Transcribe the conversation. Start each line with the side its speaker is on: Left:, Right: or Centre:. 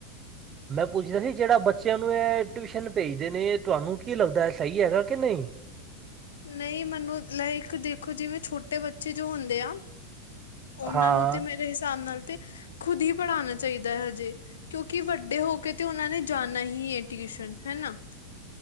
Right: ਮੈਂ ਪੁੱਛੇਦਾ ਸੀ ਜਿਹੜਾ ਬੱਚਿਆਂ ਨੂੰ ਇਹ ਟਿਊਸ਼ਨ ਭੇਜਦੇ ਨੇ ਤੁਹਾਨੂੰ ਕੀ ਲੱਗਦਾ ਸਹੀ ਹੈਗਾ ਕਿ ਨਹੀ।
Left: ਨਹੀ, ਮੈਨੂੰ ਦੇਖੋ ਜਿਵੇਂ ਛੋਟੇ ਬੱਚੇ ਜੋ ਹੁੰਦੇ ਆ ਉਹਨਾਂ
Right: ਹਾਂ
Left: ਨੂੰ ਤੇ ਮੇਰੇ ਹਿਸਾਬ ਨਾਲ ਤੇ ਖੁਦ ਹੀ ਪੜ੍ਹਾਉਣਾ ਚਾਹੀਦਾ ਹੈ। ਹਜੇ ਕਿਉਕਿ ਵੱਡੇ ਹੋ ਕੇ ਤੇ ਉਹਨਾਂ ਨੇ ਜਾਣਾ ਹੀ ਹੈ ਟਿਊਸ਼ਨ ਹੈਨਾ